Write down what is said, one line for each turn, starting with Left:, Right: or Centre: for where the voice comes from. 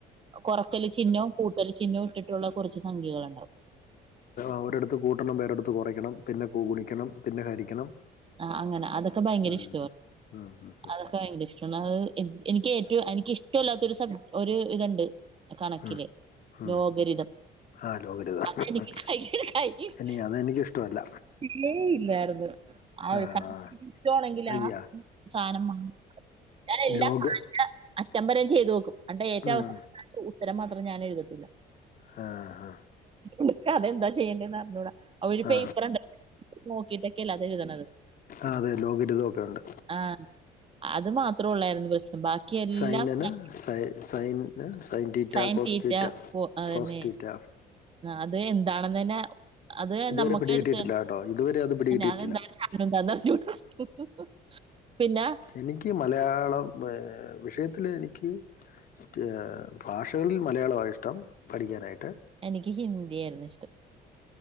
Right: കൊറയ്ക്കൽ ചിഹ്നവും കൂട്ടൽ ചിഹനവും ഇട്ടിട്ടുള്ള കുറച്ച് സംഖ്യകൾ ഉണ്ടാവും.
Left: അവരടത്ത് കൂട്ടണം വേറെ ഒരിടത്ത് കുറയ്ക്കണം പിന്നെ ഗുണിക്കണം പിന്നെ ഹരിക്കണം
Right: ആ, അങ്ങനെ അതൊക്കെ ഭയങ്കര
Left: ഉം
Right: ഇഷ്ടവാ
Left: ഉം ഉം ഉം
Right: അതെ ഇക്ക് ഭയങ്കരഷ്ടാണ് അഹ് എനിക്ക് ഏറ്റവും എനിക്ക് ഇഷ്ടല്ലാത്ത ഒരു സബ്ജ ഒരു ഇതൊണ്ട്. കണക്കില്
Left: ഉം ഉം
Right: ലോകരിതം
Left: ആ ലോകരഹിതം
Right: അതെനിക്ക് ക <unintelligible>
Left: ഇനി അതെനിക്ക് ഇഷ്ടമല്ല
Right: ഇല്ലേ ഇല്ലായിര്ന്ന് <unintelligible>
Left: ആഹ്
Right: ട്ടണെങ്കില്
Left: അയ്യ
Right: ആ സാനം വങ്ങ ഞൻ എല്ലാം
Left: ലോഗ്
Right: ഫാൻ്റെ അറ്റം വരെ ചെയ്തു നോക്കും അന്ന്ട്ടെ ഏറ്റ
Left: ഉം
Right: അവസാനത്തെ ഉത്തരം മാത്രം ഞാൻ എഴുതത്തില്ല.
Left: ആ ആ
Right: ഇൻക്ക് അതെന്താ ചെയ്യണ്ടേന്ന് അറിഞ്ഞൂടാ ഒരു
Left: ആ
Right: പേപ്പർ ഇണ്ട്, നോക്കിട്ടൊക്കെയല്ല അത് എഴുതണത്.
Left: ആ അതെ ലോകറ്റ് ഇതൊക്കെ ഉണ്ട്.
Right: ആഹ അത് മാത്ര ഉള്ളായിരുന്നു <unintelligible> എല്ലാം
Left: സൈനന
Right: ഞാൻ
Left: sign sign സൈന്റ്റ
Right: sine
Left: cos theta
Right: theta അതന്നെ
Left: കോസ്റ്ററ്റ
Right: അത് എന്താണെന്ന് ന്നെ അത്
Left: ഇതുവരെ
Right: നമ്മക്ക്
Left: പിടികിട്ടിയിട്ടില്ല
Right: എട്ത്തെ
Left: കേട്ടോ ഇതുവരെ അത് പിടികിട്ടിയിട്ടില്ല
Right: അതെന്നെ <unintelligible> എന്താന്നറിഞ്ഞുടെ <unintelligible> പിന്നെ
Left: എനിക്ക് മലയാളം ഏ വിഷയത്തില് എനിക്ക് ഏ ഭാഷകളിൽ മലയാളമാ ഇഷ്ടം പഠിക്കാനായിട്ട്
Right: എനിക്ക് ഹിന്ദി ആയിരുന്നു ഇഷ്ടം